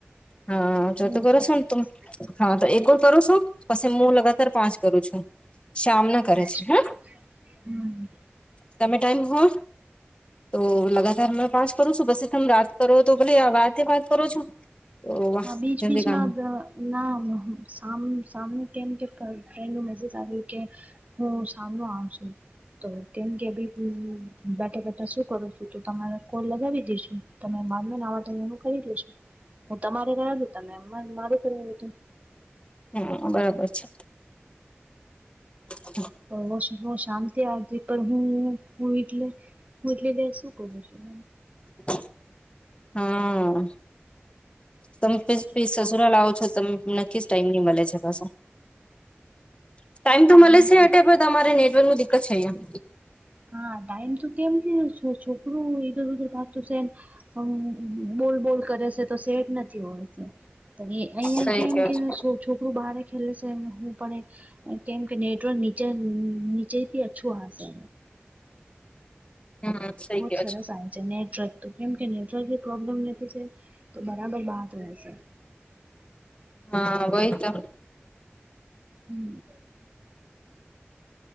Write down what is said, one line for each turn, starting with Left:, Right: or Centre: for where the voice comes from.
Left: હા,
Right: પૂરું
Left: ચોતું કરો
Right: થઈ
Left: શ
Right: જશે
Left: તુંમ. હા, તો એક જ કરું છું, પછી હું લગાતાર પાંચ કરું છું, શ્યામ
Right: સાચું
Left: ના કરે છે હ.
Right: હમ.
Left: તમે ટાઈમ હો. તો લગાતાર. હમે પાસ કરું છું, પછી તમે રાત કરો, તો ભલે વાતે વાત કરો છો. તો વાહ
Right: હા, બીચ
Left: જલ્દી
Right: બીચમાં
Left: કામ
Right: ધ ના સામ સામનું કેમ કે, ફ્રેન્ડનું મેસેજ આવ્યું કે. હું સામનો આવ છું, તો તેમ કે અભી બેઠા બેઠા શું કરો છું? તો તમારે કોલ લગાવી દઈશું, તમે બારમે નાવા ત એવું કરી દેશો. તમારે ક્યાં ઉતા તમે મારું કરી ધું.
Left: હમ, બરોબર છે. હ.
Right: હ, શામ થી આવ પણ હું, હું એટલે હું એટલે ત શું કરું છું.
Left: <unintelligible> હા. તમે
Right: પણ
Left: સસુરા લાવો છો, તમ નક્કી જ ટાઈમ ની મળે છે પાછું. ટાઈમ તો મળે
Right: અહીંયા
Left: છે, અટે પણ તમારે નેટવર્ક નુ દિક્કત છે, અહિયાં.
Right: હા, ટાઈમ તો કેમ કે છોકરો ઇધર ઉધર ભાગતું છે ને. હ, બોલ, બોલ કરે છે, તો શેટ. નથી હોય, અહિયાં
Left: સહી
Right: કેમ
Left: કયો
Right: કે
Left: છો
Right: છોકરું બારે ખેલે છે, હું પણ એ કેમ કે નેટવર્ક નીચે-નીચે થી અચ્છું આવશે.
Left: હમ સહી
Right: બહુત
Left: કયો
Right: સરસ
Left: છો
Right: આવે છે, નેટવર્ક તો. કેમ કે નેટવર્કની પ્રોબ્લેમ નથી છે, તો બરાબર બાત રહેશે.
Left: હા, વહી તો.
Right: હમ.